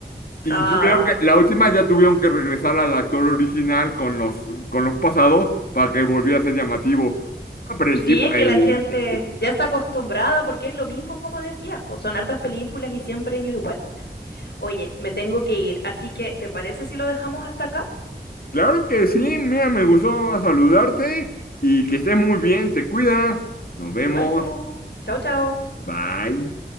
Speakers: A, on the left; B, on the left.
A: Y
B: Ah,
A: tuvieron que, la última ya tuvieron que regresar al actor original con los, con los pasados para que volviera a ser llamativo. Ah, pero
B: sí,
A: el tipo,
B: es
A: el,
B: que la gente
A: el-
B: ya está acostumbrada porque es lo mismo como decías, pues son hartas películas y siempre es igual. Oye, me tengo que ir, así que ¿te parece si lo dejamos hasta acá?
A: claro que sí, mira, me gustó saludarte y que estés muy bien, te cuidas. Nos vemos.
B: Igual tú. Chao, chao.
A: Bye.